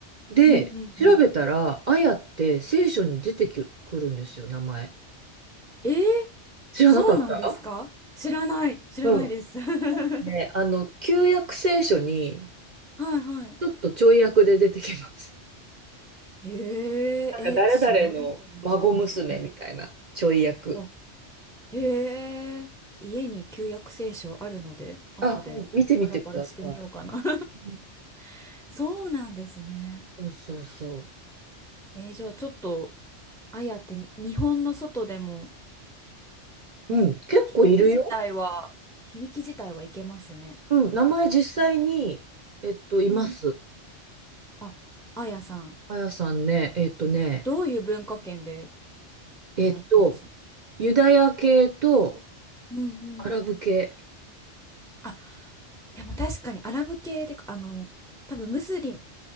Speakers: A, on the right; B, in the centre.
A: で、
B: うん、うん、
A: 調べたら、
B: うん。
A: あやって聖書に出てきくるんですよ、名前。
B: えー、
A: 知らなかった
B: そうなんですか知らない、知らないです。
A: うん。
B: <laughs> は
A: ね、あの、旧約聖書に、
B: いはい。
A: ちょっとちょい役で出てきます。
B: えー、
A: なんか誰々の孫娘みたいなちょい役。
B: え、調べてみる。うんあ、へえ、家に旧約聖書あるので、後でパラパラしてみようかな。
A: あ、うん見てみてくださいうん
B: <laughs> そうなんですね。
A: そうそうそ
B: えー、じゃあちょっと、あやって日本の外でも、
A: う。うん、結構いるよ。
B: 響き自体は、響き自体はいけますね。
A: うん、名前実際に、えっと、います。
B: うん。あ、あやさん、
A: あやさんね、えっとね、
B: どういう文化圏で
A: えっと、
B: 出会ったりしました
A: ユダヤ系と
B: うんうん。
A: アラブ系。
B: あ、でも確かにアラブ系で、あの、多分ムスリ